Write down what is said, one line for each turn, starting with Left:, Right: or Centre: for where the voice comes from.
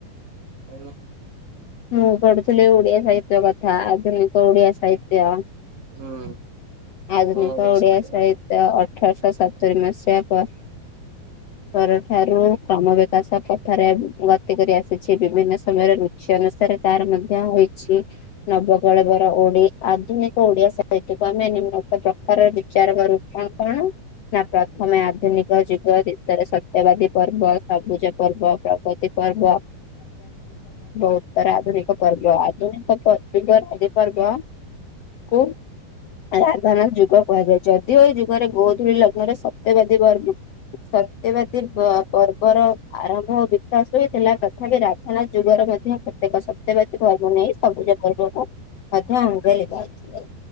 Right: କୋଉ ନ
Left: ମୁଁ ପଢୁଥିଲି ଓଡିଆ ସାହିତ୍ୟ କଥା ଆଧୁନିକ ଓଡିଆ ସାହିତ୍ୟ।
Right: ହୁଁ।
Left: ଆଧୁନିକ
Right: କଣ ଗୋଟେ
Left: ଓଡ଼ିଆ
Right: ଶୋଇଥିଲା
Left: ସାହିତ୍ୟ ଅ ଅଠରଶହ ସତୁରି ମସିହା ପରେ ପର ଠାରୁ କ୍ରମ ବିକାଶ ପଥରେ ଗତି କରି ଆସିଛି ବିଭିନ୍ନ ସମୟରେ ରୁଚି ଅନୁସାରେ ତାର ମଧ୍ୟ ହୋଇଛି ନବକଳେବର ଓଡି ଆଧୁନିକ ଓଡିଆ ସାହିତ୍ୟକୁ ଆମେ ନିମ୍ନ ପ୍ରକାରରେ ବିଚାର କରୁ କଣ କଣ ନା ପ୍ରଥମେ ଆଧୁନିକ ଯୁଗ ତାର ସ ଦେବାଦେବୀ ପର୍ବ ସବୁଜ ପର୍ବ ପ୍ରାକୃତିକ ପର୍ବ ଅ ପର୍ବ ଆଧୁନିକ ପ ଫିଗର ଆଦି ବର୍ଗକୁ ରାଧାନାଥ ଯୁଗ କୁହାଯାଏ ଯଦିଓ ଏ ଯୁଗରେ ଗୋଧୂଳି ଲଗ୍ନରେ ସତ୍ୟବାଦୀ ବର୍ଗ ସତ ସତ୍ୟବାଦୀ ପର୍ବର ଆରମ୍ଭ ଓ ବିକାଶ ହୋଇଇଥିଲା ତଥାପି ରାଧାନାଥ ଯୁଗର ମଧ୍ୟ କେତେକ ସତ୍ୟବାତୀ ପର୍ବ ନେଇ ସବୁଜ ପର୍ବକୁ ମଧ୍ୟ ଅଙ୍ଗେ ଲିଭାଇ ଥିଲେ